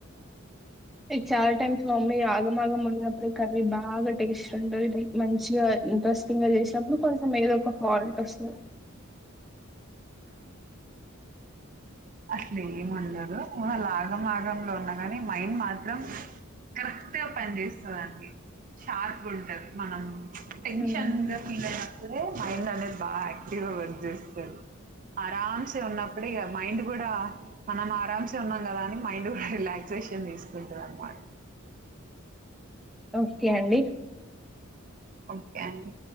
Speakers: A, in the centre; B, on the right.
A: లైక్ చాలా టైమ్స్ మామ్మీ ఆగం ఆగం మళనప్పుడే కవిరవి బాగా టేస్ట్ ఉంట ఇది మంచిగా ఇంట్రెస్టింగ్ గా చేసినప్పుడు కొంచెం ఏదో ఒక ఫాల్ట్ వస్తుంది
B: అసలు ఏంండదు వాళ్ళ ఆగంమాగంలో ఉన్నా కాని మైండ్ మాత్రం కరెక్ట్గా పని చేస్తుందిండి షార్ప్ ఉంటది మనం టెన్షన్గా
A: హ్మ్.
B: ఫీల్ అ మైండ్ అనేది బాగా యాక్టివ్ గా వర్క్ చేస్తుంది ఆరామ్సే ఉన్నప్పుడు ఇక మైండ్ కూడా మనం ఆరామ్సే ఉన్నాం కదా అని మైండ్ కూడా రిలాక్స్ షన్ తీసుకుంటారు అన్నమాట
A: ఒకే అండి
B: ఒకే అండి